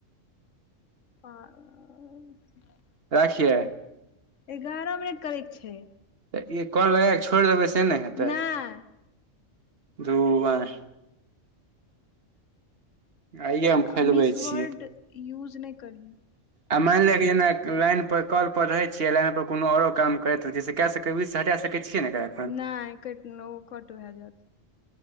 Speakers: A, on the left (about 70°); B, on the right (about 50°).
A: <unintelligible>
B: राखियए
A: एगारह मिनट करैके छै।
B: तऽ ई कल लगा कऽ छोड़ि देबै से ने हेतै
A: नहि
B: धू बाई आइये हम फैलबै
A: मिस वर्ल्ड
B: छियै
A: यूज नय करही
B: आ मानि ले जेना लाइन पर कॉल पर रहैत छियै लाइन पर कोनो औरो काम करैत रहैै से क सक त बिच से हटा सके छियै ने गई
A: नय कट ओ कट भए जायत